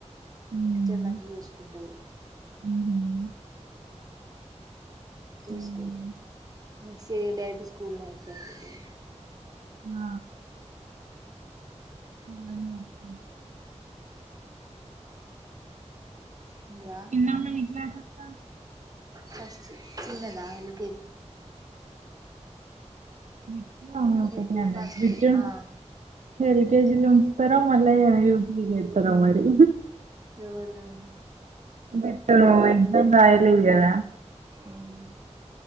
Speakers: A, on the right; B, on the right.
A: ఉమ్
B: టీచర్ మంచిగ చూసుకుంటది
A: హుహు.
B: చేస్కు
A: హ్మ్.
B: మీస్ <unintelligible> డే అయితే స్కూల్లో ఏత్తాదిది
A: ఆ ఇంగేమక్క
B: ఇందులా
A: చిన్నామ నే క్లాసక్క
B: ఫస్ట్ చిన్నదా <unintelligible>
A: ఉ ఊ <unintelligible> హా
B: పెద్ద
A: కొట్టినాడంట
B: ఫస్ట్
A: బిట్టు
B: ఆ
A: హెరికేజిలో త్వరగా మళ్ళ ఇయుగా ఇతార మరి
B: ఎవళ్లు
A: బిట్టు వన్ ఏం రాయలేదు గదా
B: మ్